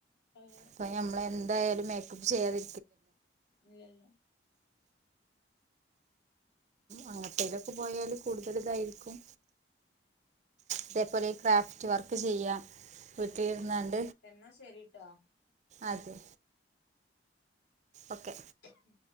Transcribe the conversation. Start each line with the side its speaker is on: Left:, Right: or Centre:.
Left: അതെ
Right: ഇപ്പ ഞമ്മളെ എന്തായാലും മേക്കപ്പ് ചെയ്യാതി
Left: ഇല്ലില്ല.
Right: അങ്ങനത്തേയിലൊക്കെ പോയാല് കൂടുതൽ ഇതായിരിക്കും ഇതേപോലെ ക്രാഫ്റ്റ് വർക്ക് ചെയ്യാം വീട്ടില് ഇര്ന്നാണ്ട്
Left: എന്നാ ശരിട്ടോ
Right: അതെ ഓക്കെ
Left: ഉം